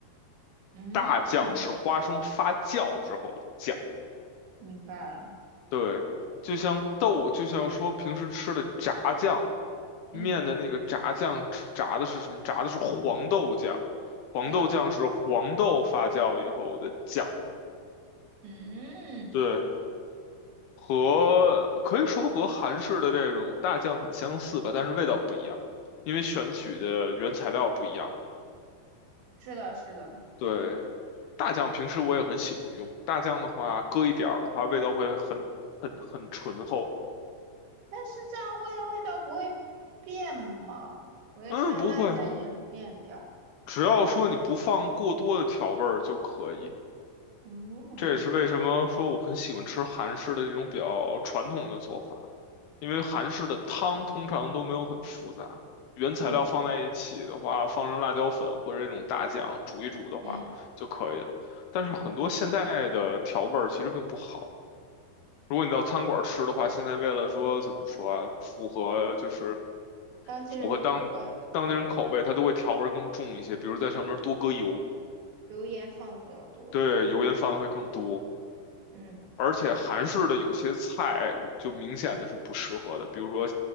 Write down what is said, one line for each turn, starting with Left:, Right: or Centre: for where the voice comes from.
Right: 嗯，
Left: 大酱是花生发酵之后的酱，
Right: 明白了，
Left: 对，就像豆，就像说平时吃的炸酱
Right: 嗯，
Left: 面的那个炸酱，吃炸的是什么？炸的是黄豆酱，黄豆酱是黄豆发酵以后的酱。
Right: 是的，嗯，
Left: 对，和可以说和韩式的这种大酱很相似吧，但是味道不一样，因为选取的原材料不一样嘛。
Right: 是的，是的，
Left: 对，大酱平时我也很喜欢用，大酱的话搁一点儿的话，味道会很很很醇厚。
Right: 但是这样会味道不会变吗？不会像辣酱一样变掉？
Left: 嗯，不会，只要说你不放过多的调味儿就可以。
Right: 嗯
Left: 这也是为什么说我很喜欢吃韩式的这种比较传统的做法，因为韩式的汤通常都没有很复杂，原材料放在一起的话，
Right: 嗯
Left: 放上辣椒粉或者这种大酱煮一煮的话就可以了。
Right: 嗯，
Left: 但是很多现代的调味儿其实并不好。如果你到餐馆吃的话，现在为了说怎么说啊，符合就是
Right: 当今人的口味。
Left: 符合当当地人口味，它都会调味儿更重一些，比如在上面多搁油。
Right: 油盐放的比较多。
Left: 对，油烟放的会更多，
Right: 嗯，
Left: 而且韩式的有些菜就明显的是不适合的，比如说